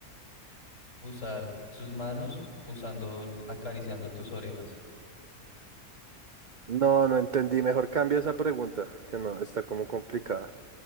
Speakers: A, on the left (about 55°); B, on the right (about 55°).
A: usar sus manos usando, acariciando tus orejas.
B: No, no entendí. Mejor cambia esa pregunta, que no, está como complicada.